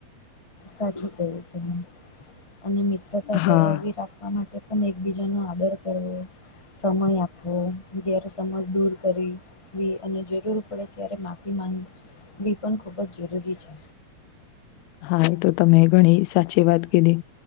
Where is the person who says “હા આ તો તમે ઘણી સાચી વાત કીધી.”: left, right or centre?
Left